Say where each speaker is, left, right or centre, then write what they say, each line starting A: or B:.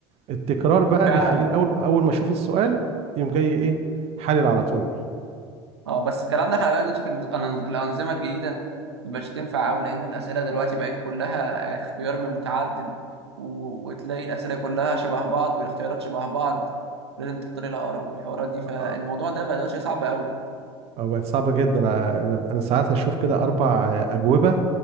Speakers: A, on the right; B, on the right.
A: التكرار بقى
B: فعلا
A: بيخليني اول اول ما اشوف السؤال يوم جاي ايه حلل على طول
B: اه بس الكلام ده خلي بالك دلوقتي في الأن- الانظمه الجديده ما بقتش تنفع قوي لان الاسئله دلوقتي بقت كلها اختيار من متعدد و... وتلاقي الاسئله كلها شبه بعض والاختيارات شبه بعض لازم تختار الاقرب والحوارات دي فالموضوع
A: أه،
B: ده بقى دلوقتي صعب قوي
A: أه، بقت صعبه جدا انا انا ساعات اشوف كده اربع آه، اجوبه